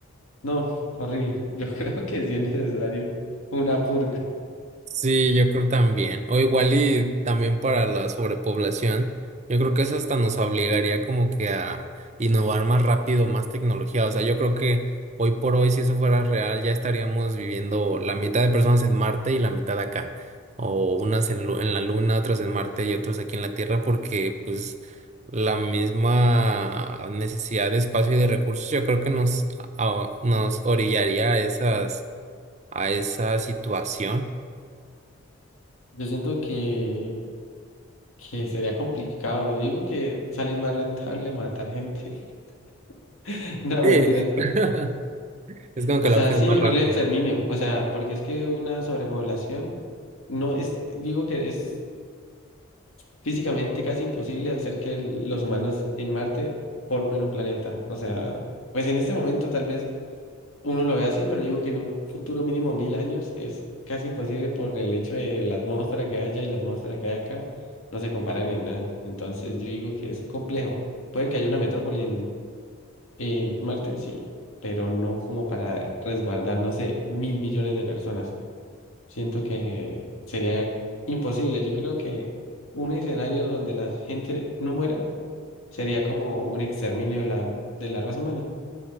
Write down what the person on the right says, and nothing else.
Sí, yo creo también. O igual y también para la sobrepoblación, yo creo que eso hasta nos obligaría como que a innovar más rápido, más tecnología. O sea, yo creo que hoy por hoy, si eso fuera real, ya estaríamos viviendo la mitad de personas en Marte y la mitad acá. O unas en, lu- en la Luna, otras en Marte y otros aquí en la Tierra, porque pues la misma necesidad de espacio y de recursos, yo creo que nos, a- nos orillaría a esas, a esa situación.
Sí,
<laughs> es como
que la
opción
más rápida.